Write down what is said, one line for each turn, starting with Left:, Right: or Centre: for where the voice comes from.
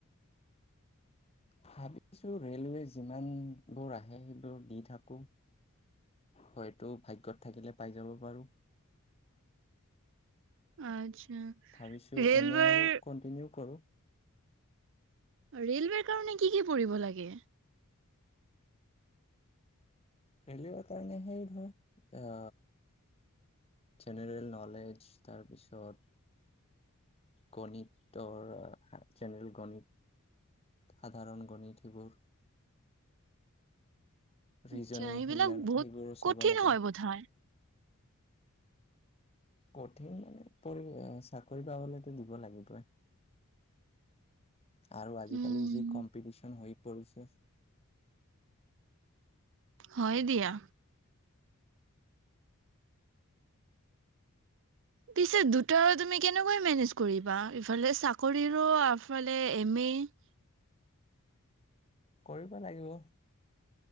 Left: ভাবিছো ৰেলৱে যিমান বোৰ আহে সেইবোৰ দি থাকো হয়তো ভাগ্যত থাকিলে পাই যাব পাৰোঁ
Right: আচ্ছা
Left: ভাবিছো
Right: ৰেলৱেৰ
Left: এম এও কন্টিনিউ কৰো
Right: ৰেলৱেৰ কাৰণে কি কি পঢ়িব লাগে।
Left: ৰেলৱে কাৰণে সে ধৰ আ জেনেৰেল নলেজ তাৰপিছত গণিতৰ জেনেৰেল গণিত সাধাৰণ গণিত সেবোৰ। ৰিজনিং
Right: আচ্ছা এইবিলাক
Left: সেগিলান
Right: বহুত
Left: সেইবোৰো চাব
Right: কঠিন
Left: লাগে।
Right: হয় বোধ হয।
Left: কঠিন মানে তো চাকৰি পাবলেতো দিব লাগিবই। আৰু আজিকালি
Right: উম
Left: যি কম্পিটিচন হৈ পৰিছে।
Right: হয় দিয়া। পিছে দুটা তুমি কেনেকৈ মেনেজ কৰিবা, ইফালে চাকৰিৰো আফেলে এম এ।
Left: কৰিব লাগিব।